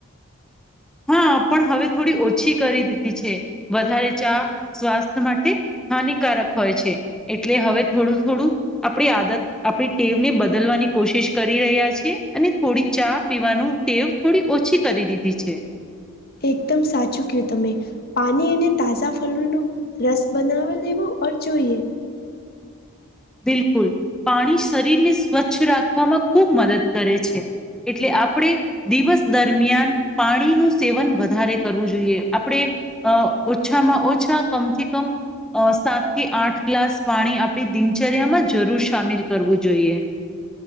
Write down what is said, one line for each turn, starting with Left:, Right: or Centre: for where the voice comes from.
Centre: હા પણ હવે થોડી ઓછી કરી દીધી છે વધારે ચા સ્વાસ્થ્ય માટે હાનિકારક હોય છે એટલે હવે થોડું થોડું આપણી આદત આપણી ટેવને બદલવાની કોશિશ કરી રહ્યા છીએ અને થોડી ચા પીવાનું તેલ થોડી ઓછી કરી દીધી છે.
Left: એકદમ સાચું કય્યું તમે. પાણી અને તાજા ફળનો રસ બનાવી લેવો ઓર જોઈએ.
Centre: બિલકુલ પાણી શરીરને સ્વચ્છ રાખવામાં ખૂબ મદદ કરે છે. એટલે આપણેે. દિવસ દરમિયાન પાણીનું સેવન વધારે કરવું જોઈએ આપણે અ ઓછામાં ઓછા કમથી કમ. અ સાત થી આઠ ગ્લાસ પાણી આપણી દિનચર્યામાં જરૂર સામેલ કરવું જોઈએ.